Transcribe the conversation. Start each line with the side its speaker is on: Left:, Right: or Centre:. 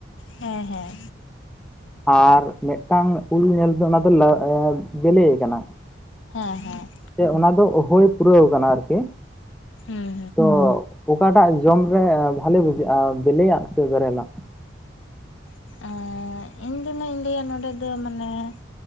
Left: ᱦᱮᱸ ᱦᱮᱸ
Centre: ᱟᱨ ᱢᱤᱜᱴᱟᱝ ᱩᱞ ᱧᱮᱞ ᱵᱮ ᱚᱱᱟ ᱫᱚ ᱞᱟᱹ ᱟᱹ ᱵᱮᱞᱮ ᱠᱟᱱᱟ।
Left: ᱦᱮᱸ ᱦᱮᱸ
Centre: ᱥᱮ ᱚᱱᱟ ᱫᱚ ᱦᱩᱭ ᱯᱩᱨᱟᱹᱣ ᱠᱟᱱᱟ ᱟᱨᱠᱤ
Left: ᱦᱩᱸ
Centre: ᱛᱚ ᱼᱼ ᱚᱠᱟᱴᱟᱜ ᱡᱚᱢ ᱨᱮ ᱵᱷᱟᱞᱮ ᱵᱩᱡᱷᱟᱹᱜᱼᱟ ᱵᱮᱞᱮᱭᱟᱜ ᱥᱮ ᱵᱮᱨᱮᱞ-ᱟᱜ?
Left: ᱦᱩᱸ ᱤᱧ ᱫᱚ ᱤᱧ ᱞᱟᱹᱭᱟ ᱱᱚᱰᱮ ᱫᱚ ᱢᱟᱱᱮ ᱼᱼ